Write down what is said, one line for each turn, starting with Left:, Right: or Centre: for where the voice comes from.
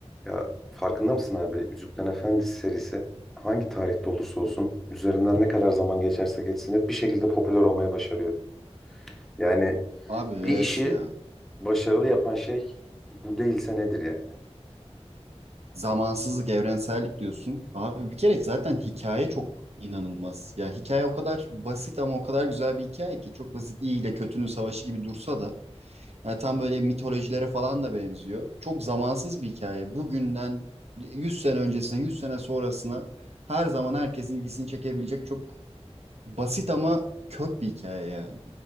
Centre: Ya farkında mısın abi? Yüzüklerin Efendisi serisi hangi tarihte olursa olsun üzerinden ne kadar zaman geçerse geçsin hep bir şekilde popüler olmayı başarıyor. Yani
Right: Abi evet
Centre: bir işi
Right: ya.
Centre: başarılı yapan şey bu değilse nedir yani?
Right: Zamansızlık, evrensellik diyorsun. Abi bir kere zaten hikaye çok inanılmaz. Ya hikaye o kadar basit ama o kadar güzel bir hikaye ki. Çok basit iyi ile kötünün savaşı gibi dursa da. Yani tam böyle mitolojilere falan da benziyor. Çok zamansız bir hikaye. Bugünden 100 sene öncesine, 100 sene sonrasına her zaman herkesin ilgisini çekebilecek çok basit ama kök bir hikaye ya.